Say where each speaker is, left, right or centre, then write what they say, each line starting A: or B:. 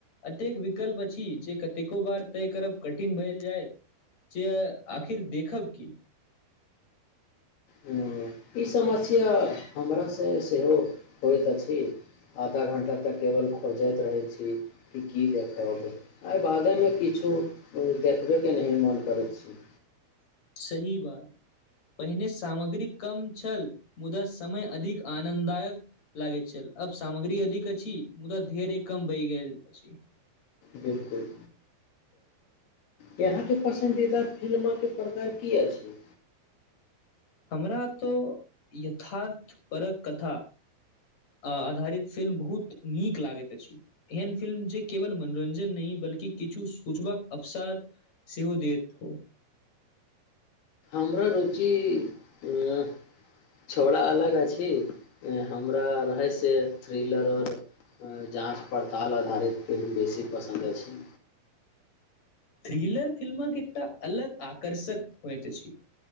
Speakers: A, on the left (about 45°); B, on the left (about 85°).
A: अतेक विकल्प अछि जे कतेको बार तय करब कठिन भएल जाइ जे आखिर देखब की
B: हम्म, ई समस्या हमरासँ सेहो होइत अछि आधा घण्टा तऽ केवल खोजैत रहैत छी कि की देखब एहि बादेमे किछु किछु देखबैके नहि मोन करै छै
A: <unintelligible> ही बात पहिने सामग्रीक कम छल मुदा समय अधिक आनन्ददायक लागैत छल अब सामग्री अधिक अछि मुदा धीरे कम बहि गेल अछि
B: बिल्कुल इहे के पसन्दीदा फिल्मे प्रकार की अछि
A: हमरा तऽ यथार्थ परक कथा अ आधारित फिल्म बहुत नीक लागैत अछि एहन फिल्म जे केवल मनोरंञ्जन नहि बल्कि किछु सूचबाक अवसर सेहो दैत हो
B: हमरा रुचि ऊ ऊ छौड़ा अलग अछि हमरा रहै से थ्रिलर आओर जाँच पड़ताल आधारित फिल्म बेसी पसन्द अछि
A: थ्रिलर फिल्मक एकटा अलग आकर्षक होइत अछि